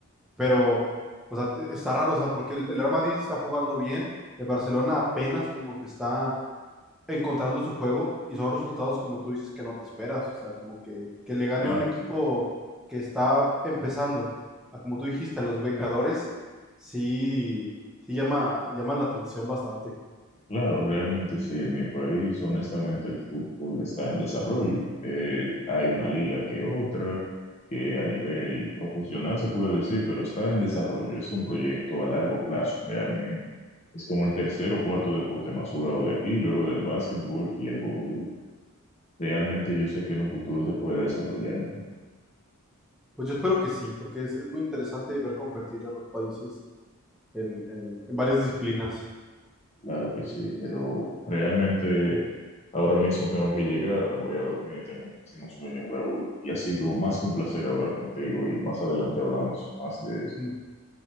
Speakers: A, in the centre; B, on the left.
A: pero, o sea, e, está raro, o sea, porque el el Real Madrid está jugando bien, el Barcelona apenas como que está encontrando su juego y son resultados, como tú dices, que no te esperas. O sea, como que, que le gane
B: Claro,
A: un equipo que está empezando, a, como tú dijiste, a los Vengadores, sí, sí llama, llama la atención bastante.
B: claro, realmente sí. En mi país, honestamente, el fútbol está en desarrollo. Eh, hay una liga que otra, que a nivel profesional se puede decir, pero está en desarrollo. Es un proyecto a largo plazo, realmente. Es como el tercer o cuarto deporte más jugado de aquí, luego del básquetbol y el voleibol. Realmente yo sé que en un futuro se puede desarrollar mejor.
A: Pues yo espero que sí, porque es, es muy interesante ver competir a los países en, en- en varias disciplinas.
B: Claro que sí, pero realmente ahora mismo tengo que llegar, me voy a dormir, tengo muchísimo sueño, Raúl, y ha sido más que un placer hablar contigo y más adelante hablamos más de esto.
A: Mm.